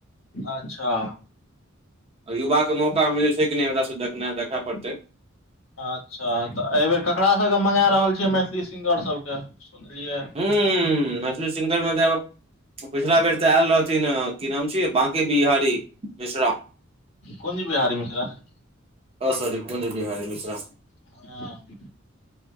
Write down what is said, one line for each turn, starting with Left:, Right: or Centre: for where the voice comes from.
Left: अच्छा।
Right: युवाके मौकामे जे छै कि नहि हमरासँ देखनाइ देखय पड़तै।
Left: अच्छा तऽ एहिबेर ककास सभके मगा रहल छियै मैथिली सिंगर सभके सुनलियै
Right: हू मैथिलसलू सिंगर म पिछला बेर तऽ आयल रहथिन कि नाम छियै बाँके बिहारी मिश्रा
Left: कोन ची बिहारी मिश्रा ने
Right: सॉरी कोुनज बिहारी मिश्र
Left: ह